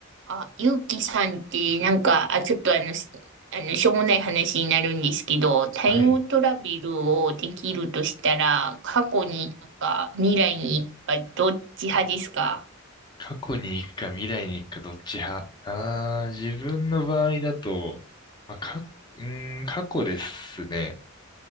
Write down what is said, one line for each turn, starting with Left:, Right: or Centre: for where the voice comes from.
Right: あ、ゆうきさんって、なんか、あ、ちょっとあの、しあの、しょうもない話になるんですけど、タイムトラベルをできるとしたら、
Left: はい。
Right: 過去に行くか、未来に行くか、どっち派ですか
Left: 過去に行くか未来に行くかどっち派。ああ、自分の場合だと、まあ、か、うーん、過去ですね。